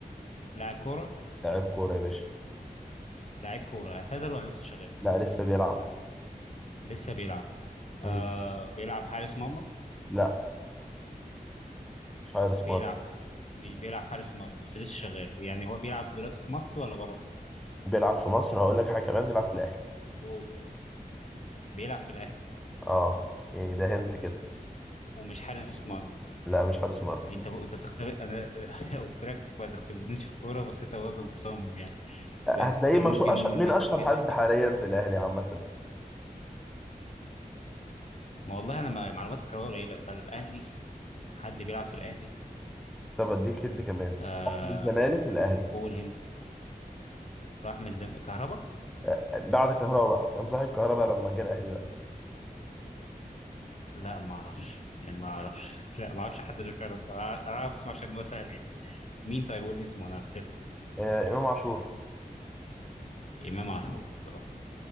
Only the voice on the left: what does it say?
لاعب كوره
لاعب كوره اعتزل ولا لسه شغال
لسه بيلعب
آه بيلعب حارس مرمى
بيلعب
مش بيلعب حارس مرمى بس لسه شغال يعني هو بيلعب دلوقتي في مصر ولا بره
قول بيلعب في الاهلي
ومش حارس مرمى
انت ب... انت بتختبئ انا <laughs> قلت لك ما تختبئنيش في الكوره بس انت برضه مصمم يعني
بس
ممكن
ناخد
جيست
كده
ما والله انا ما- معلومات الكرويه قليله فالاهلي حد بيلعب في الاهلي
آه
قول هند راح من الزم... كهربا
لا ما اعرفش يعني ما اعرفش <laughs> لا ما اعرفش حد غير كهربا انا اعرف اسمه عشان هو سهل يعني مين طيب قول لي اسمه انا خسرت كده
امام عاشور آه.